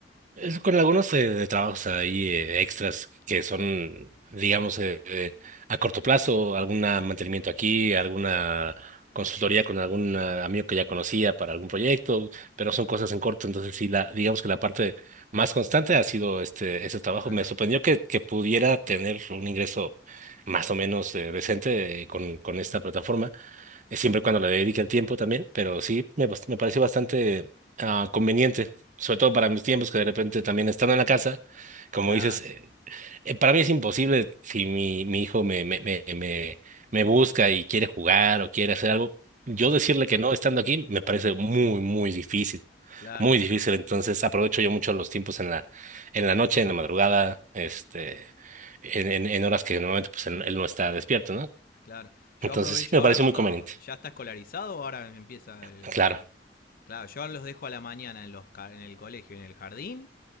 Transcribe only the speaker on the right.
Es con algunos eh, de trabajos ahí eh, extras que
son, digamos, eh, eh, a corto plazo, algún mantenimiento aquí, alguna consultoría con algún ah, amigo que ya conocía para algún proyecto, pero son cosas en corto, entonces sí, la, digamos que la parte más constante ha sido este ese trabajo.
Me sorprendió que, que pudiera tener un ingreso más o menos eh, decente eh, con, con esta plataforma eh, siempre
y cuando le dedique el tiempo también, pero sí, me, bas- me pareció bastante ah, conveniente, sobre todo para
mis tiempos que de repente también estando en la casa, como
dices, eh, eh, para mí es imposible si mi, mi hijo me, me, me, me, me busca y quiere jugar o quiere hacer algo, yo decirle que no estando aquí me parece
muy, muy difícil,
muy difícil, entonces aprovecho yo mucho los tiempos en la, en la noche, en la madrugada, este... En, en, en horas que normalmente pues él él no está despierto, ¿no?
Entonces
sí, me
parece
muy conveniente.
Claro.